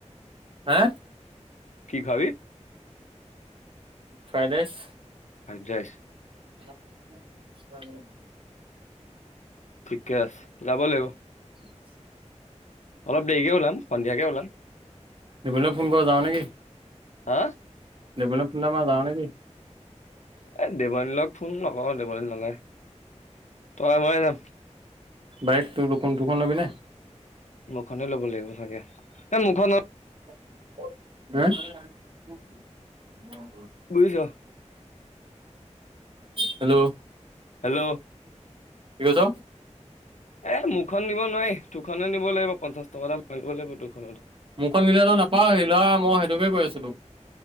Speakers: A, on the right; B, on the left.
A: হা।
B: কি খোৱাবি।
A: ফ্ৰাইডৰাইচ।
B: ফ্ৰাইডৰাইচ।
A: খোৱাবা জানো।
B: ঠিকে আছে যাব লাগিব।
A: <unintelligible>
B: অলপ দেৰিকে ওলাম সন্ধিয়াকে ওলাম।
A: দিবলৈ ফোন কৰ যাওঁ নেকি?
B: হাঁ
A: দেবলে ফন এটা মাৰা যাঁও নেকি?
B: এই দেৱানীলক ফোন নকৰ দেৱানী নলাই তই মই যাম।
A: বাইক তোৰ দুখন লবি নে-
B: মুৰখনে ল'ব লাগিব চাগে এ মুৰখনত
A: হম।
B: বুজিছ।
A: হেল্ল'
B: হেল্ল'
A: কি কৈছ?
B: এ মোৰখন নিব নোৱাৰি তোৰখনে নিব লাগিব পঞ্চাশ টকা এটা লাগিব তোৰখনতো
A: মোৰখন নিলে নাপাওঁ আহি লৰা মই সেইটোকে কৈ আছিলো তোক